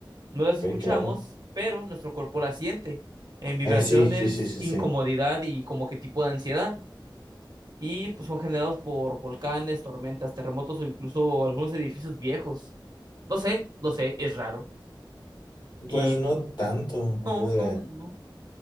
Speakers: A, on the right; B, on the left.
A: no las
B: ok,
A: escuchamos,
B: claro.
A: pero nuestro cuerpo las siente en vibraciones,
B: Eh, sí, sí, sí, sí,
A: incomodidad
B: sí.
A: y como que tipo de ansiedad. Y pues son generados por volcanes, tormentas, terremotos o incluso algunos edificios viejos. No sé, no sé, es raro. Y
B: Pues no tanto. o
A: no, no,
B: sea,
A: no.